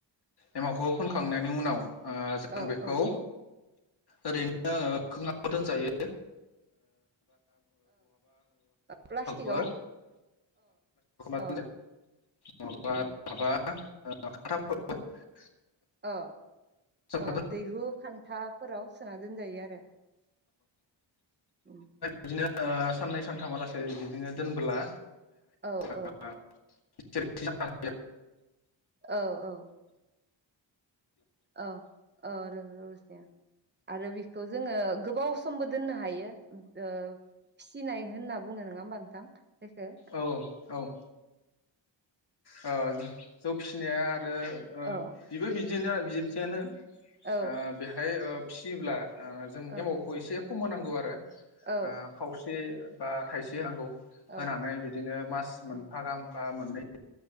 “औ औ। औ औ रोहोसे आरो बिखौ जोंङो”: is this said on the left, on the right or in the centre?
Right